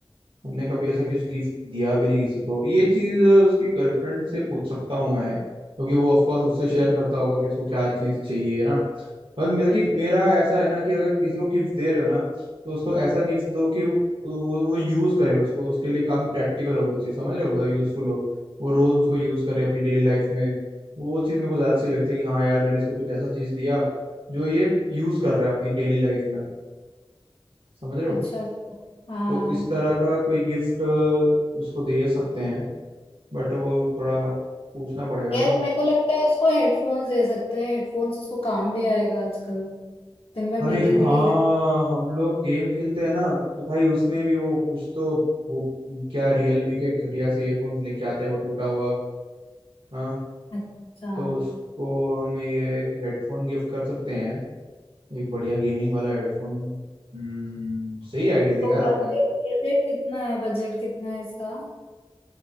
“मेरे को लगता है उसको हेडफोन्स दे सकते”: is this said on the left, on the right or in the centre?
Left